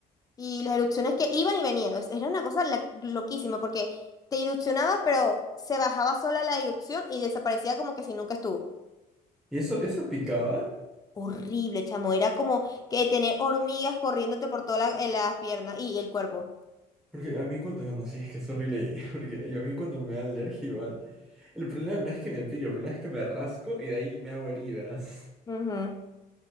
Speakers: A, on the left; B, in the centre.
A: y las erupciones que iban y venían. es- Era una cosa la- loquísima porque te erupcionaba, pero se bajaba sola la erupción y desaparecía como que si nunca estuvo.
B: ¿Y eso, eso picaba?
A: Horrible, chamo. Era como que tener hormigas corriéndote por todas las piernas y el cuerpo.
B: Porque a mí cuando... No, sí, es que es horrible. <laughs> Porque yo a mí cuando me da alergia igual... El problema no es que me pique, el problema es que me rasco y de ahí me hago heridas.
A: Ujú.